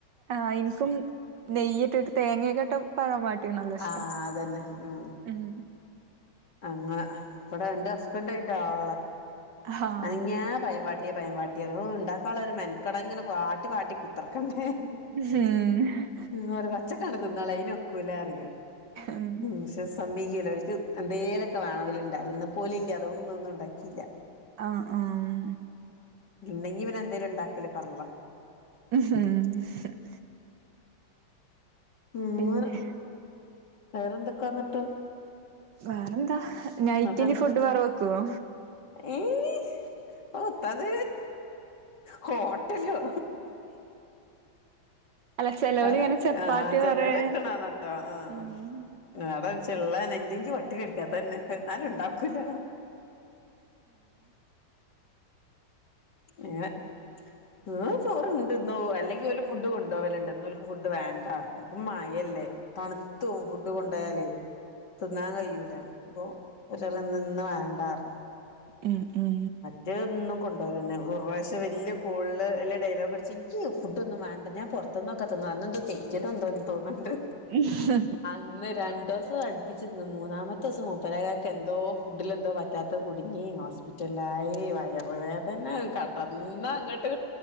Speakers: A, on the right; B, on the left.
A: ആഹ എനിക്കും നെയ്യയിട്ട് തേങ്ങക്കെട്ട പയം വട്ടിയ നല്ല ഇഷ്ട
B: ആ അതന്നെ ഉം
A: ഉം
B: അങ്ങനെഇവിടെ ന്റെ ഹസ്ബൻറ്റ് ആയിറ്റ ആളാ
A: ആഹ്
B: അനങ്ങിയാ പയം പാട്ടിയ പയം പാട്ടിയ ഹ് ഇണ്ടാക്കാള്ള ഒരു മെൻക്കട അഹ് ഇങ്ങന വാട്ടി വാട്ടി കുത്തർക്കണ്ടേ
A: മ് ഹ്
B: ഉ ഇന്ന് ഒരു പച്ചക്കാണ്ട് ത്തിന്നാളെ അയി നൊക്കൂല്ല പറി ഞാൻ
A: ഉം
B: വിശോസ് സമ്മീക്കുല്ല ഓല്ക് എന്തേലൊക്കെ വേണ ഉണ്ടാ ഇന്ന് പ്പ ഓല് ഇല്ല അതുകൊണ്ടൊന്നും ഇണ്ടാക്കിയില്ല
A: ആഹ് ആഹ്
B: ഇണ്ടക്കി പിന്നെ എന്തേലും ഇണ്ടാക്കൽ ഫർള
A: <unintelligible>
B: ഇന്ന്
A: പിന്നെ
B: വേറെന്തൊക്കാന്നിട്ട്
A: വേറെന്താ നൈറ്റിനി
B: ന്ന്ട്ട്
A: ഫുഡ് വേറെ വെക്കുവോ
B: ഏയ് ഓത്തത് ഹോട്ടലോ
A: അല്ല ചെലോലിങ്ങനെ
B: അട
A: ചപ്പാത്തി
B: ആഹ ചെല്ലോൽ
A: പറയ
B: വക്ന ണട്ടോ ആഹ
A: ഉം
B: നട ചള്ളനെ ഇല്ലെങ്കി പട്ടിണി കടക്ക അതന്നെ എന്നാലും ഇണ്ടാക്കൂല അങ്ങനെ ന്ന് ചോറണ്ടന്നോ അല്ലെങ്കിൽ ഓല് ഫുഡ് കൊണ്ടോവൽട്ട് ഇന്ന് ഓല്ക് ഫുഡ് വേണ്ടപറന്നു ഇപ്പ മഴല്ലേ തണുതും പോകും ഫുഡ് കൊണ്ടയാലേ തിന്നാൻ കഴിയൂല അപ്പൊഒരാൾ ന്ന് ഇന്ന് വേണ്ടർന്നു
A: ഉം ഉം
B: മറ്റന്ന് കൊണ്ടവൽന്നെ ഒരു പ്രാവശ്യം വലിയ കോൾല് വല്ല ഡയലോഗ് അടിച്ചു ഇക് ഫുഡ് ഒന്നും വണ്ട ഞാൻ പുറത്ത് തിന്നോ ക്ക തിന്നോ അന്ന് എന്താ തെറ്റിയത് എന്ധോ തോന്നുണ്ട്
A: ഹ് ഹ്
B: ഇന്ന് രണ്ടു ദിവസം അടുപ്പിച്ചിരുന്നു മൂന്നാമ ത്തെ ദിവസം മുപ്പരേകക്ക് എന്തോ ഫുഡില എന്തോ പറ്റാത്ത കുടുങ്ങി ഹോസ്പിറ്റലിലായി വയർ വേദന കട്ടന്ന് അങ്ങോട്ട്